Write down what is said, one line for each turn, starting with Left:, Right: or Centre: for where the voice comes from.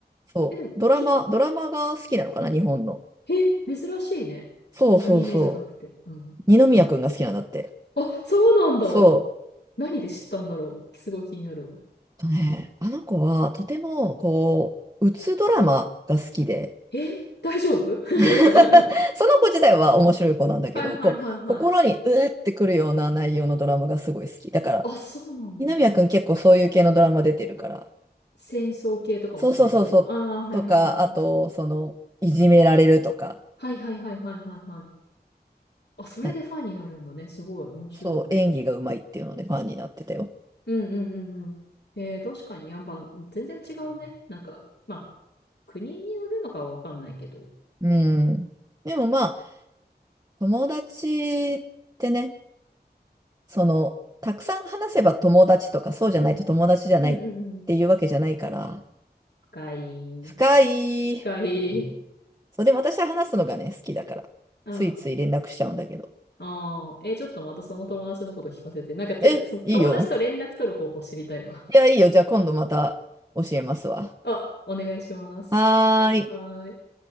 Right: そう。
Left: え、でも、
Right: ドラマ、
Left: き、
Right: ドラマが好きなのかな、日本の。
Left: え、珍しいね。
Right: そうそうそう。
Left: アニメじゃなくて。うん。
Right: 二宮くんが好きなんだって。
Left: あ、そうなんだ。
Right: そう。
Left: 何で知ったんだろう。すごい気になるわ。
Right: えっとね、あの子はとても、こう、うつドラマが好きで、
Left: え、大丈夫 <laughs> は
Right: <laughs> その子自体は面白い子なんだけど、
Left: いはいはいはい。
Right: こう、心にうえってくるような内容のドラマがすごい好き。だから、
Left: あ、そうなんだ。
Right: 二宮くん結構そういう系のドラマ出てるから、
Left: 戦争系とかも含めてってことああ、
Right: そうそうそうそう、
Left: はいはいはい。
Right: とか、あと、その、いじめられるとか、
Left: はいはいはいはいはいはい。あ、それでファンになるんだね。
Right: なんか
Left: すごい、面白い。
Right: そう、演技がうまいっていうのでファンになってたよ。
Left: うんうんうんうん。えー、確かに、やっぱ、全然違うね。なんか、まあ、国によるのかはわかんないけど。
Right: うん。でもまあ、友達ってね、その、たくさん話せば友達とか、そうじゃないと友達じゃないっていうわけじゃないから、
Left: うんうんうん。深い。
Right: 深い。
Left: 深い。
Right: そう、でも私は話すのがね、好きだから、
Left: うん。
Right: ついつい連絡しちゃうんだけど。
Left: ああ、えー、ちょっとまたその友達のこと聞かせて。なんか、てか、
Right: え、
Left: その友達と連絡取る方法知りたいわ。
Right: いいよ。いや、いいよ。じゃあ今度また教えますわ。
Left: あ、お願いします。
Right: はーい。
Left: はーい。